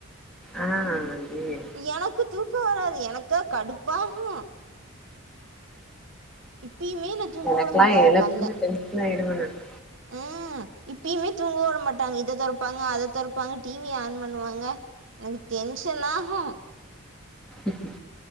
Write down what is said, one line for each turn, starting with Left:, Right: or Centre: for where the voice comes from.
Centre: ஆ ஐயயோ
Right: எனக்கு தூக்க வராது எனக்கா கடுப்பாகும் இப்பியுமே என்ன தூங்க
Centre: எனக்கெல்லா
Right: வுட மாட்டாங்க
Centre: எழுப்புனா
Right: கால்ல
Centre: டென்ஷன் ஆயிடுவே நானு
Right: அ இப்பியுமே தூங்க வுட மாட்டாங்க இத தொறப்பாங்க அத தொறப்பாங்க டிவிய ஆன் பண்ணுவாங்க எனக்கு டென்ஷனாகு
Centre: ம்